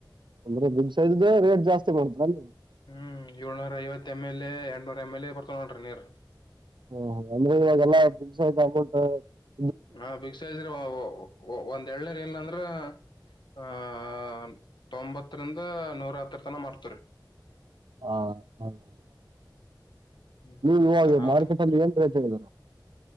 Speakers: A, on the right; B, on the left.
A: ಅಂದ್ರೆ ಬಿಗ್ ಸೈಜ್ ಇದ್ರೆ ರೇಟ್ ಜಾಸ್ತಿ <unintelligible>
B: ಹ್ಮ್ ಏಳ್ನೂರ ಐವತ್ತು ಎಂ ಎಲ್ ಎ ಎರಡ್ನೂರ್ ಎಮ್ ಎಲ್ ಎ ಬರ್ತವ ನೋಡ್ರಿ ನೀರ್.
A: ಹ್ಮ ಹಾಗಂದ್ರೆ ಇವಾಗೆಲ್ಲಾ ಬಿಗ್ ಸೈಜ್ <unintelligible>
B: ಹಾ ಬಿಗ್ ಸೈಜ್ <unintelligible> ಒಂದ್ ಎಳ್ನರ್ ಇಲ್ಲಂದ್ರ ಆಆಆ ತೊಂಬತ್ರಿನ್ದ ನೂರಹತ್ರ ತನ ಮಾಡ್ತ್ರಿರಿ.
A: ಆ <unintelligible>
B: ಹ್ಮ್ ಹ್ಮ್
A: ನೀವು ಇವಾಗ
B: ಈ ತರ ಅವ್ರ
A: ಮಾರ್ಕೆಟ್
B: ನಮ್
A: ಅಲ್ಲಿ ಏನ್ ರೇಟ್ ಹೇಳಿದರ